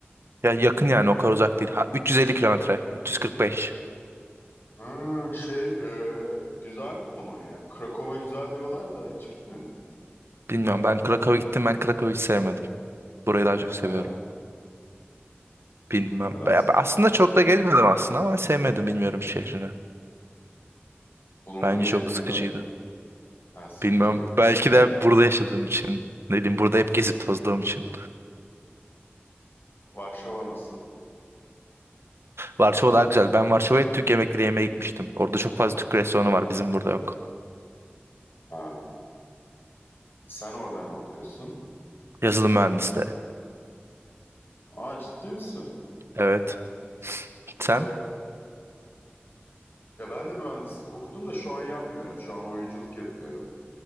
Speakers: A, on the right; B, on the left.
A: Ya yakın yani o kadar uzak değil. Ha, 350 kilometre, 345.
B: Hı, şey e, güzel mi Polonya? Krakow'a güzel diyorlar da hiç gitmedim.
A: Bilmiyorum ben Krakow'a gittim ben Krakow'u hiç sevmedim. Burayı daha çok seviyorum.
B: Neden?
A: Bilmem.
B: Nedense.
A: Ya ben Aslında çok da gezmedim aslında ama sevmedim bilmiyorum şehrini.
B: Bulunduğun
A: Bence
B: yer
A: çok
B: niye
A: sıkıcıydı.
B: daha iyi? Ha, sıkıcıydı.
A: Bilmem. Belki de burada yaşadığım için. Ne bileyim burada hep gezip tozduğum için.
B: Varşova nasıl?
A: Varşova daha güzel. Ben Varşova'ya Türk yemekleri yemeye gitmiştim. Orada çok fazla Türk restoranı var. Bizim burada yok.
B: Ha, sen orada ne okuyorsun?
A: Yazılım mühendisliği.
B: Aa ciddi misin?
A: Evet.
B: Süper.
A: Sen?
B: Ya ben de mühendislik okudum da şu an yapmıyorum. Şu an oyunculuk yapıyorum.